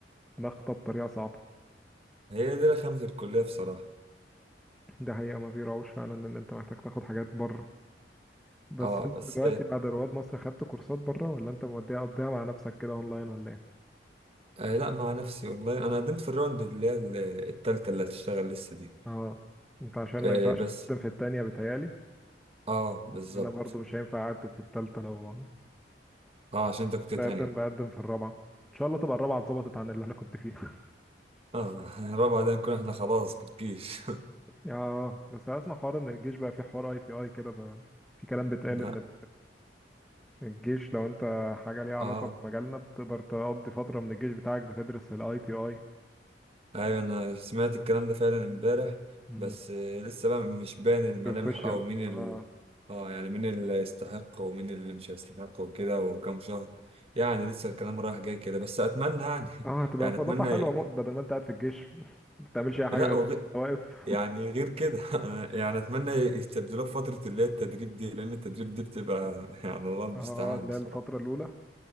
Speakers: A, in the centre; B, on the right (about 35°).
A: ضغطة بطريقة صعبة
B: هي دي رخامة الكلية بصراحة
A: ده حقيقة ما في روش فعلا إن أنت محتاج تاخد حاجات بره بس
B: اه
A: أنت
B: بس
A: دلوقتي بعد رواد مصر خدت كورسات بره ولا أنت موديها قضيها مع نفسك كده أونلاين ولا إيه؟
B: آه لا مع نفسي والله انا قدمت في الراوند اللي هي ال- التالتة اللي هتشتغل لسه دي
A: أه أنت عشان
B: آه
A: ما ينفعش
B: بس
A: تقدم في التانية بتهيألي
B: اه بالظبط
A: أنا برضو مش هينفع أقدم في التالتة لو
B: اه عشان انت كنت تانية
A: بقدم بقدم في الرابعة إن شاء الله تبقى الرابعة اتظبطت عن اللي أنا كنت فيها <laughs>
B: اه <laughs> الرابعة ده نكون احنا خلاص في الجيش
A: آه بس أسمع حوار إن الجيش بقى فيه حوار أي تي أي كده بقى في كلام
B: <laughs>
A: بيتقال
B: لا
A: إن الجيش لو انت حاجة ليها علاقة
B: اه
A: بمجالنا بتقدر تقضي فترة من الجيش بتاعك بتدرس في الاي تي اي
B: ايوه انا سمعت الكلام ده فعلا امبارح
A: مم.
B: بس آه لسه بقى مش باين الملامح
A: بروفيشال
B: او مين
A: اه
B: ال اه يعني مين اللي يستحق ومين اللي مش هيستحق وكده وكم شهر يعني لسه الكلام رايح جاي كده بس اتمنى يعني
A: اه هتبقى
B: <laughs> يعني
A: في
B: اتمنى
A: اضافة حلوة موت بدل ما انت قاعد في الجيش <laughs> ما بتعملش اي حاجة
B: لا
A: غير
B: وغ...
A: واقف
B: يعني غير كده <laughs> يعني اتمنى يستبدلوه في فتره اللي هي التدريب دي لان التدريب دي بتبقى <laughs> يعني الله
A: <laughs>
B: المستعان
A: اه اللي
B: بصراحه
A: هي الفترة الأولى